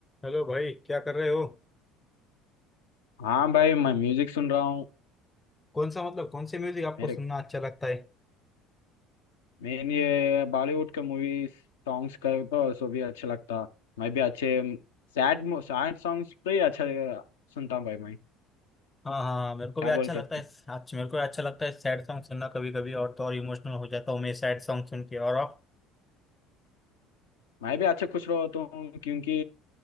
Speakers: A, on the left; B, on the left.
A: Hello भाई क्या कर रहे हो
B: हाँ भाई मैं म्यूजिक सुन रहा हूँ
A: कौन सा मतलब कौन से म्यूजिक आपको
B: मेरे
A: सुनना अच्छा लगता है
B: मेन ये बॉलीवुड के मूवी सॉन्ग्स का तो सो भी अच्छा लगता मैं भी अच्छे सैड सैड सॉन्ग्स तो ही अच्छा सुनता हूँ भाई मैं
A: हाँ हाँ मेरे को
B: क्या
A: भी अच्छा
B: बोलते
A: लगता
B: अब
A: है
B: तू
A: अच्छा मेरे को भी अच्छा लगता है सैड सॉन्ग सुनना कभी कभी और तो और इमोशनल हो जाता हूँ मैं सैड सॉन्ग सुन के और आप
B: मैं भी अच्छे खुश रहता हूँ क्योंकि